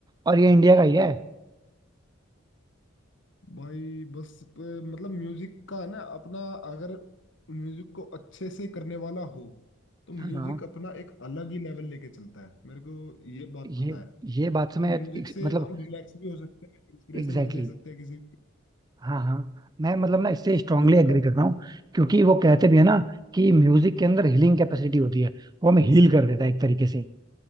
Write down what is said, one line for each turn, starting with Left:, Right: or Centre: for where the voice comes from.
Right: और ये इंडिया का ही है
Left: भाई बस अ, मतलब म्यूजिक का है ना अपना अगर म्यूजिक को अच्छे से करने वाला हो तो म्यूजिक
Right: हाँ
Left: अपना एक अलग ही लेवल लेके चलता है मेरे को ये बात
Right: ये
Left: पता है मतलब
Right: ये बात से मैं
Left: म्यूजिक
Right: एक-
Left: से
Right: मतलब
Left: हम रिलैक्स भी हो सकते हैं इंस्पिरेशन
Right: एग्जैक्टली
Left: भी दे
Right: exactly,
Left: सकते हैं किसी
Right: हाँ हाँ मैं मतलब ना इससे स्ट्रांगली
Left: म्यूजिक
Right: एग्री
Left: का
Right: करता हूँ क्योंकि वो कहते भी है
Left: मेन
Right: ना कि म्यूजिक के अंदर हीलिंग कैपेसिटी होती है वो हमें हील कर देता है एक तरीके से